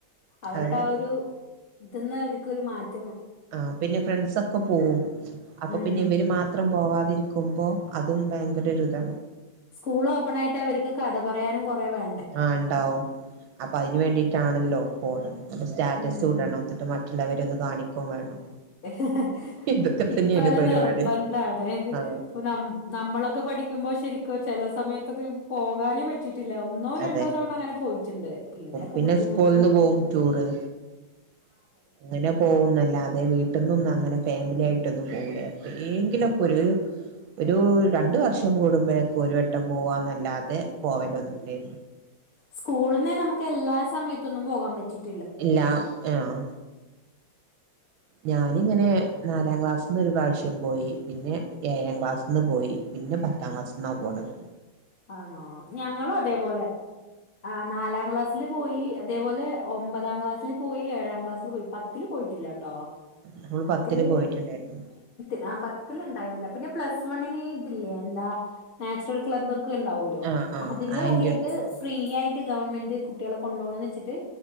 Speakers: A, on the left (about 40°); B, on the right (about 75°).
A: അവരുടെ
B: അതെ
A: ആ ഒരു ഇതിന്ന് അവർക്കൊരു മാറ്റ്
B: ആ പിന്നെ ഫ്രണ്ട്സ് ഒക്കെ പോവും അപ്പം
A: ഉം
B: പിന്നെ ഇവര് മാത്രം പോവാതിരിക്കുമ്പോ അതും ഭയങ്കരൊരുതാ
A: സ്കൂൾ ഓപ്പൺ ആയിട്ട് അവര്ക്ക് കഥ പറയാനും കൊറേ വേ
B: ആഹ് ഇണ്ടാവും അപ്പം അതിനു വേണ്ടിട്ടാണല്ലോ പോണത് സ്റ്റാറ്റസ്സു
A: ഉം
B: ഇടണം എന്നിട്ട് മറ്റുള്ളവരെ ഒന്ന് കാണിക്കോം വേണം
A: <inaudible>
B: ഇതൊക്കെ
A: ഇപ്പം
B: തന്നെയാണ്
A: അത്
B: പരിപാടി
A: നിർബന്ധാണ്
B: ആ
A: ഇപ്പം നം നമ്മളൊക്കെ പഠിക്കുമ്പോ ശെരിക്കും ചില സമയത്തൊക്കെ പോകാനെ പറ്റി പില്ല ഒന്നോ രണ്ടോ
B: അതെ
A: തവണ അങ്ങനെ പോയിട്ടുണ്ട് പിന്നെയൊക്കെ
B: പിന്നെ
A: ബുദ്ധിമുട്ടാ
B: സ്കൂളിന്ന് പോവും ടൂറ് അങ്ങനെ പോവുന്നല്ലാത് അത് വീട്ടിൽന്നൊന്നും അങ്ങനെ ഫാമിലി ആയിട്ടൊന്നും പോവൂല ഏങ്കിലക്കൊരു ഒരു രണ്ട വർഷം കൂടുമ്പോഴേക്ക ഒരു വട്ടം പോവാല്ലാതെ പോവലൊന്നു അെ
A: സ്കൂളിനെ നമുക്ക് എല്ലാ സമയത്തൊന്നും പോകാൻ പറ്റിില്ല
B: ഇല്ല ആഹ ഞാനിങ്ങനെ നാലാം ക്ലാസ്സിന്ന് ഒരു പ്രാവശ്യം പോയി പിന്നെ ഏഴാം ക്ലാസ്സിൽ നിന്ന് പോയി പിന്നെ പത്താം ക്ലാസ്ന്നാ പോകണത്
A: ആണോ ഞങ്ങളും അതേപോലെ ആ നാലാം ക്ലാസ്സിില് പോയി അതേപോലെ ഒമ്പതാം ക്ലാസ്സിൽ പോയി ഏഴാം ക്ലാസ്സിൽ പോയി പത്തില്ൽ പോയിട്ടില്ലട്ട്
B: നമ്മള് പത്തില്
A: കേ
B: പോയിട്ടുണ്ടായിരുന്നു
A: പ പ ഉണ്ടുന്നന്ന പ്ലസ് വൺന ഇില്ലല്ല എന്താ ച്ചുറൽക്ല് ണ്ടല്ലോ
B: ആഹ് ആഹ്
A: അതിന്റെ
B: അയിന്റെ
A: വകട്ട് ഫ്രീ ആയിട്ട് ഗവൺമെന്റ് കുട്ടികളെ കൊണ്ടപോണംന്ന് വെച്ചിട്ട്